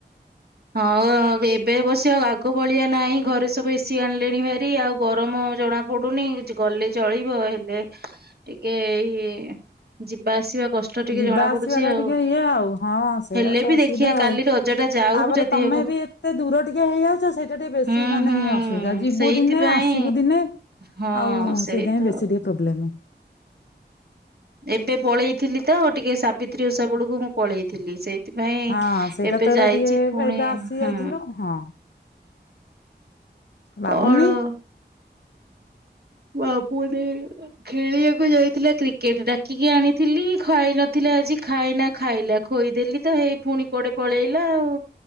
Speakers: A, on the right (about 60°); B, on the left (about 75°).
A: ହଁ ଏବେ ବସି ଆଗ ଭଳିଆ ନାହିଁ ଘରେ ସବୁ ଏସି ଆଣିଲି ଣି ଭାରି ଆଉ ଗରମ ଜଣା ପଡୁନି ଗଲେ ଚଳିବ ହେଲେ ଟିକେ ଏଇ ଯିବା ଆସିବା କଷ୍ଟ ଟିକେ
B: ଯିବା
A: ଜଣା
B: ଆସିବାଟା
A: ପଡୁଛି ଆଉ
B: ଟିକେ ଇଏ ଆଉ ହଁ ସେଇଆା
A: ହେଲେ
B: ତ
A: ବି
B: ଅସୁବିଧା
A: ଦେଖିବା କାଲି
B: ଆଉ
A: ରଜ ଟା ଯାଉ
B: ତାପରେ
A: ଯଦି
B: ତମେ
A: ହବ
B: ବି ଏତେ ଦୂର ଟିକେ ହେଇଯାଉଛ ସେଇଟା ଟିକେ ବେଶୀ
A: ହୁଁ
B: ମାନେ
A: ହୁଁ
B: ଇଏ ଅସୁବିଧା ଯିବୁ
A: ସେଇଥିପାଇଁ
B: ଦିନେ ଆସିବୁ ଦିନେ
A: ହଁ
B: ଆଉ
A: ସେଇ
B: ସେଇଥିାଇଁ
A: ତ
B: ବେଶୀ ଟିକେ ପ୍ରୋବ୍ଲେମ୍ <inaudible>
A: ଏବେ ପଳେଇଥିଲି ତ ଟିକେ ସାବିତ୍ରୀ ଓଷା ବେଳକୁ ମୁଁ ପଳେଇଥିଲି ସେଇଥିପାଇଁ
B: ହଁ ସେଇଟା
A: ଏବେ
B: ତୋର
A: ଯାଇଛି
B: ଟିକେ
A: ପୁଣି
B: ଏବେ ଆସି
A: ହୁଁ
B: ଯାଇଥିଲୁ ହଁ ବାବୁନି
A: କଣ? ବାବୁଣ ଖେଳିବାକୁ ଯାଇଥିଲା କ୍ରିକେଟ ଡାକିକି ଆଣିଥିଲି ଖୁଆଇ ନଥିଲା ଆଜି ଖାଇନା ଖାଇଲା ଖଦେଲି ତ ହେଇ ପୁଣି କୁଆଡେ ପଳେଇଲା ଆଉ